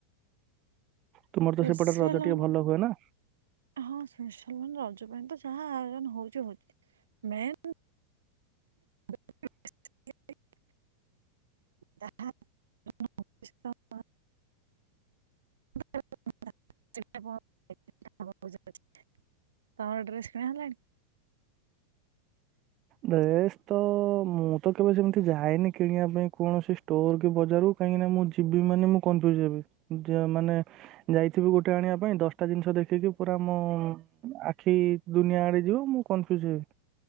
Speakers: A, on the right; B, on the right.
A: ତୁମର
B: ସ୍ପେସିଆଲ
A: ତ ସେପଟରେ ରଜ ଟିକେ
B: ମାନେ
A: ଭଲ ହୁଏ ନା।
B: ହଁ ସୁଶଲ ମାନ ରଜ ପାଇଁ ତ ଯାହା ଆୟୋଜନ ହଉଛି ହଉଛି ମେନ୍ <unintelligible> ତାହା <unintelligible> ହ <unintelligible> <unintelligible> ତମର ଡ୍ରେସ୍ କିଣା ହେଲାଣି?
A: ଡ୍ରେସ୍ ତ ମୁଁ ତ କେବେ ସେମିତି ଯାଏନି କିଣିବା ପାଇଁ କୌଣସି ଷ୍ଟୋର କି ବଜାରରୁ କାହିଁକି ନା ମୁଁ ଯିବି ମାନେ ମୁଁ କନଫ୍ୟୁଜ ହେବି ଯା ମାନେ ଯାଇଥିବୁ ଗୋଟେ ଆଣିବା ପାଇଁ ଦଶଟା ଜିନିଷ ଦେଖିକି ପୁରା ମୁଁ ଆଖି ଦୁନିଆ ଆଡେ ଯିବ ମୁଁ କନଫ୍ୟୁଜ ହେବି।